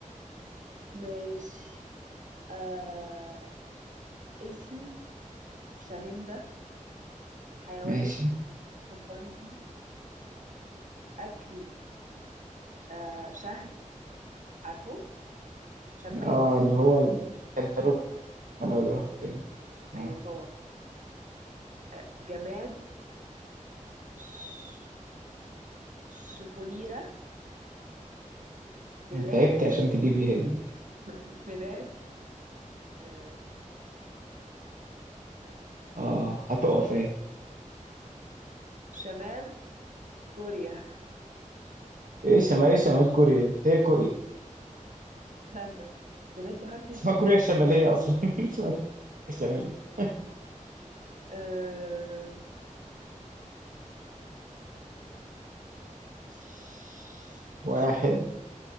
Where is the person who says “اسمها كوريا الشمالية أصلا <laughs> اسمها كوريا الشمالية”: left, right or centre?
Right